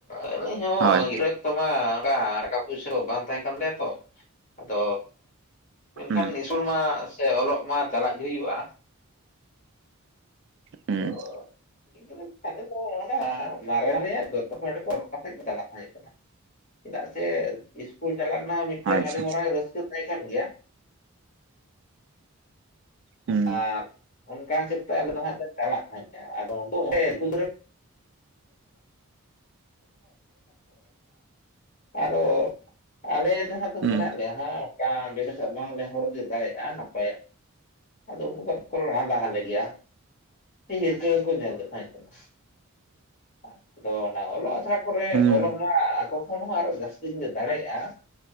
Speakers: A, on the left; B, on the right.
A: ᱟᱹᱞᱤᱧ ᱦᱚᱸ
B: ᱦᱳᱭ
A: <unintelligible> ᱛᱚᱢᱟ ᱚᱝᱠᱟ ᱴᱟᱠᱟ ᱯᱩᱭᱥᱟᱹ ᱠᱚ ᱵᱟᱝ ᱛᱟᱦᱮᱸ ᱠᱟᱱ ᱛᱟᱞᱮᱭᱟ ᱛᱚ, ᱟᱫᱚ ᱢᱮᱱᱠᱷᱟᱱ
B: ᱦᱩᱸ
A: ᱤᱥᱠᱩᱞ ᱢᱟ ᱥᱮ ᱚᱞᱚᱜ ᱢᱟ ᱪᱟᱞᱟᱜ ᱜᱮ ᱦᱩᱭᱩᱜᱼᱟ,
B: ᱦᱩᱸ᱾
A: ᱟᱫᱚ ᱜᱤᱫᱽᱨᱟᱹ ᱡᱚᱠᱷᱟᱡᱽ ᱨᱮᱫᱚ ᱚᱱᱮ ᱢᱟᱨᱮ ᱨᱮᱭᱟᱜ ᱫᱚᱛᱚ ᱯᱮᱱᱰ ᱠᱚ ᱦᱚᱨᱚᱜ ᱠᱟᱛᱮ ᱜᱮ ᱪᱟᱞᱟᱜ ᱛᱟᱦᱮᱸᱜ ᱠᱟᱱᱟ᱾ ᱪᱮᱫᱟᱜ ᱥᱮ ᱤᱥᱠᱩᱞ ᱪᱟᱞᱟᱜ ᱨᱮᱱᱟᱜ ᱢᱤᱫᱴᱮᱱ
B: ᱟᱪᱪᱷᱟ
A: ᱟᱹᱰᱤ ᱢᱟᱨᱟᱝ ᱨᱟᱹᱥᱠᱟᱹ ᱛᱟᱦᱮᱸ ᱠᱟᱱ ᱜᱮᱭᱟ,
B: ᱦᱩᱸ
A: ᱟᱨ, ᱚᱱᱠᱟ ᱦᱤᱥᱟᱹᱵ ᱛᱮ ᱟᱞᱮ ᱫᱚ ᱦᱟᱸᱜ ᱞᱮ ᱪᱟᱞᱟᱜ ᱛᱟᱦᱮᱸᱫ-ᱟ ᱟᱫᱚ <unintelligible> <unintelligible> ᱟᱨᱚ ᱟᱞᱮ ᱡᱟᱦᱟᱸ ᱛᱤᱱᱟᱹᱜ
B: ᱦᱩᱸ
A: ᱢᱮᱱᱟᱜ ᱞᱮᱭᱟ ᱦᱟᱸᱜ ᱚᱝᱠᱟ <unintelligible> ᱵᱟᱝᱞᱮ ᱦᱚᱨᱚᱜ ᱤᱫᱤ ᱫᱟᱲᱮᱭᱟᱜᱼᱟ ᱱᱟᱯᱟᱭᱟᱜ ᱟᱫᱚ ᱩᱱᱠᱩ ᱠᱟᱴ ᱠᱚ ᱞᱟᱸᱫᱟ ᱦᱟᱞᱮ ᱜᱮᱭᱟ, ᱦᱮᱸ ᱱᱤᱠᱟᱹ ᱜᱮᱠᱚ ᱧᱮᱞ ᱞᱮ ᱛᱟᱦᱮᱸᱡ ᱠᱟᱱᱟ᱾ ᱟᱜ ᱟᱫᱚ ᱚᱱᱟ ᱚᱞᱚᱜᱼᱟ? ᱛᱟᱨᱟ ᱠᱚᱨᱮ
B: ᱦᱩᱸ
A: ᱚᱞᱚᱜ ᱢᱟ ᱟᱠᱚ ᱠᱷᱚᱱ ᱦᱚᱸ ᱟᱨᱦᱚ ᱡᱟᱹᱥᱛᱤ ᱜᱮᱞᱮ ᱫᱟᱲᱮᱭᱟᱜᱼᱟ,